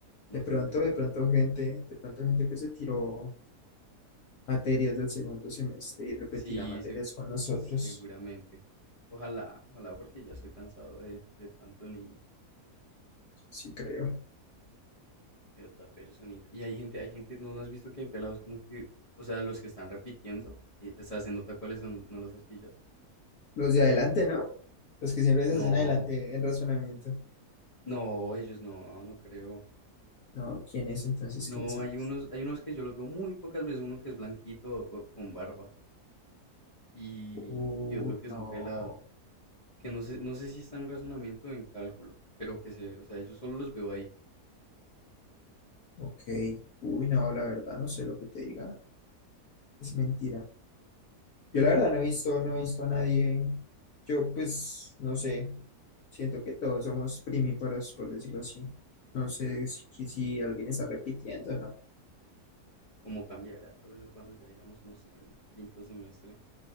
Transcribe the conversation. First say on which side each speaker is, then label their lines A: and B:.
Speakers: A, on the left; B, on the left.
A: No
B: De pronto,
A: siempre esos
B: de
A: mismos.
B: pronto gente, de pronto gente que se tiró materias del segundo semestre y repetirá
A: Sí,
B: materias
A: se-
B: con nosotros,
A: seguramente. Ojalá, ojalá, porque ya estoy cansado de, de tanto niño
B: sí creo.
A: y de otra personita. Y hay gente, hay gente, no has visto que hay pelados como que, o sea, los que están repitiendo, ahí- o sea, se nota cuáles son, no los has pillado.
B: Los de adelante, ¿no? Los que siempre se
A: No,
B: hacen adelante en razonamiento.
A: no, ellos no, no creo.
B: No, ¿quién es entonces?
A: No,
B: ¿Quién es? es-
A: hay unos, hay unos que yo los veo muy pocas veces, uno que es blanquito o- o con barba y,
B: Uy,
A: y otro que es
B: no,
A: un pelado. que no sé, no sé si están en razonamiento o en cálculo, pero que se, o sea, yo solo los veo ahí.
B: ok. Uy, no, la verdad no sé lo que te diga. Es mentira.
A: Pues,
B: Yo la verdad no he visto, no he visto a nadie. Yo pues no sé. Siento que todos somos primíparos, por decirlo así. No sé si, si alguien está repitiendo, ¿no?
A: ¿Cómo cambiará todo eso cuando ya iramos, no sé, en quinto semestre?